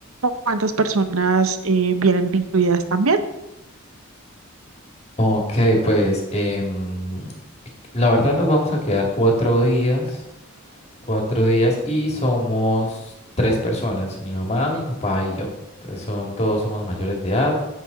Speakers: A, on the right; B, on the left.
A: ¿Cuántas personas eh, vienen incluidas también?
B: Ok, pues em, la verdad nos vamos a quedar cuatro días, Cuatro días y somos tres personas, mi mamá, mi papá y yo. Entonces son, todos somos mayores de edad.